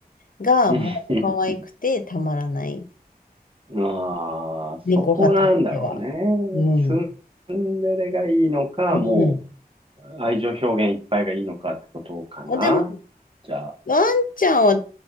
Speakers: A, on the left (about 60°); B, on the right (about 35°).
A: がもう可愛くてたまらない。
B: うん <laughs> ああ、そこなんだろうね。
A: 猫派としては。うん。
B: ツンデレがいいのか、
A: うん。
B: もう愛情表現いっぱいがいいのかってことかな。
A: あ、でも、
B: じゃあ、
A: ワンちゃんは常